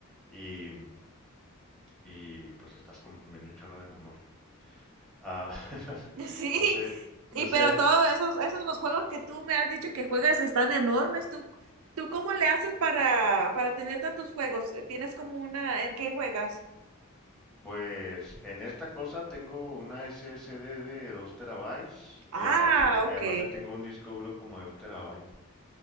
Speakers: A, in the centre; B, on the right.
A: Y, y, pues estás consumiendo un chorro de memoria. Ah, <laughs>
B: <laughs> Sí,
A: no sé, no
B: y
A: sé,
B: pero todos
A: ah,
B: esos, esos los juegos que tú me has dicho que juegas están enormes. ¿Tú, tú cómo le haces para, para tener tantos juegos? ¿Tienes como una en qué juegas?
A: pues en esta cosa tengo una SSD de 2 terabytes
B: Ah,
A: y aparte, te-
B: ok.
A: eh, aparte tengo un disco duro como de un terabyte.